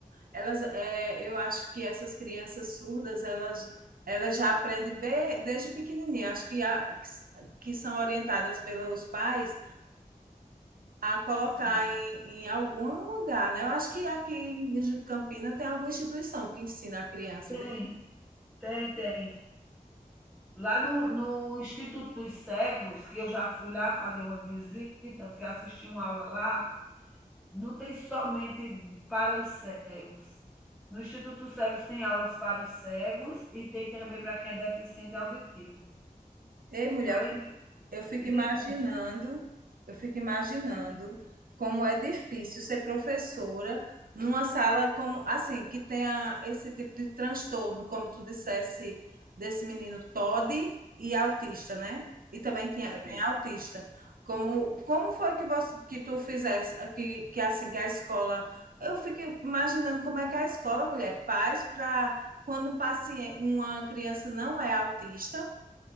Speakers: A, on the right; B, in the centre.
A: Elas, é, eu acho que essas crianças surdas, elas, elas já aprendem be- desde pequenininha. Acho que, a- que, s- que são orientadas pelos pais a colocar
B: Sim,
A: em, em algum lugar, né? Eu acho que aqui em Campina tem alguma instituição que ensina a criança.
B: tem, tem, tem. Lá no no Instituto dos Cegos, que eu já fui lá fazer uma visita, fui assistir uma aula lá, não tem somente para os cegos. No Instituto dos Cegos tem aulas para os cegos e tem também para quem é deficiente auditivo.
A: Ei, mulher,
B: Além
A: eu
B: de
A: Eu fico
B: e
A: imaginando,
B: tem curso.
A: eu fico imaginando como é difícil ser professora numa sala como assim, que tenha esse tipo de transtorno, como tu dissesse, desse menino Todd e autista, né? E também tinha,
B: É.
A: tem autista. Como, como foi que você, que tu fizesse, que, que assim, que a escola, eu fico imaginando como é que a escola, mulher, faz para quando um paciente, uma criança não é autista,